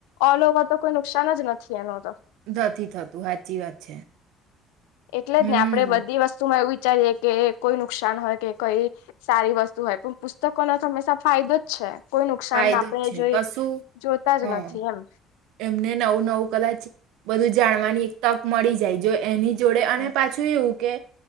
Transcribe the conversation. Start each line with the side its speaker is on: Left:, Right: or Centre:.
Left: ઓલ ઓવર તો કોઈ નુકસાન જ નથી એનો તો
Right: નથી થતું હાચી વાત છે
Left: એટલે
Right: હમ
Left: જ ને આપડે બધી વસ્તુમાં એવી વિચારીએ કે કોઈ નુકસાન હોય કે કોઈ સારી વસ્તુ હોય પણ પુસ્તકોનો તો હંમેશા ફાયદો જ છે કોઈ નુકસાન
Right: ફાયદો
Left: આપણેે
Right: જ છે
Left: જોઈ
Right: કશું
Left: જોતા
Right: હા
Left: જ નથી એમ
Right: એમને નવું નવું કદાચ બધું જાણવાની એક તક મળી જાય જો એની જોડે અને
Left: હા
Right: પાછું એવું કે